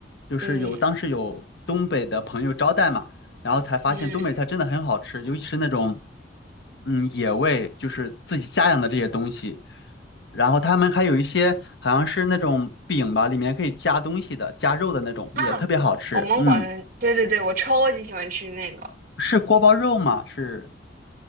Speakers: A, on the left; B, on the right.
A: 就是有当时有东北的朋友招待嘛，
B: 嗯
A: 然后才发现东北菜真的很好吃，
B: 嗯
A: 尤其是那种嗯野味，就是自己家养的这些东西。然后他们还有一些好像是那种饼吧，里面可以加东西的，加肉的那种，也特别好吃。
B: 啊，我们管对对对，
A: 嗯，
B: 我超级喜欢吃那个。
A: 是锅包肉吗？是